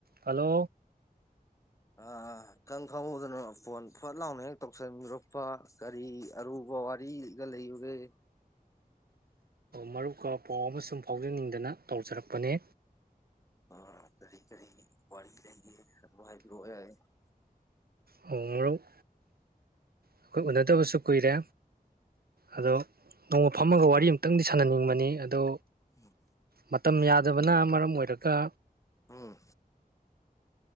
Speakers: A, on the right (about 80°); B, on the left (about 20°).
A: hello
B: ꯑ ꯏꯈꯪꯈꯪꯍꯧꯗꯅꯣ phone ꯐꯠ ꯂꯥꯎꯅ ꯍꯦꯛ ꯇꯧꯁꯟꯕꯤꯔꯛꯄ ꯀꯔꯤ ꯑꯔꯨꯕ ꯋꯥꯔꯤꯒ ꯂꯩꯕꯒꯦ
A: ꯃꯔꯨꯞꯀꯥ ꯄꯥꯎ ꯑꯃ ꯁꯨꯝ ꯐꯥꯎꯖꯅꯤꯡꯗꯅ ꯇꯧꯖꯔꯛꯄꯅꯦ
B: ꯑ ꯀꯔꯤ ꯀꯔꯤ ꯋꯥꯔꯤꯂꯩꯒꯦ ꯋꯥ ꯍꯥꯏꯕꯤꯔꯛꯑꯣ
A: ꯑꯣ ꯃ꯭ꯔꯨꯞ ꯑꯩꯈꯣꯏ ꯎꯅꯗꯕꯁꯨ ꯀꯨꯏꯔꯦ ꯑꯗꯣ ꯅꯣꯡꯃ ꯐꯝꯃꯒ ꯋꯥꯔꯤ ꯑꯃꯇꯪꯗꯤ ꯁꯥꯟꯅꯅꯤꯡꯕꯅꯤ ꯑꯗꯣ
B: ꯎꯝ
A: ꯃꯇꯝ ꯌꯥꯗꯕꯅ ꯃꯔꯝ ꯑꯣꯏꯔꯒ
B: ꯎꯝ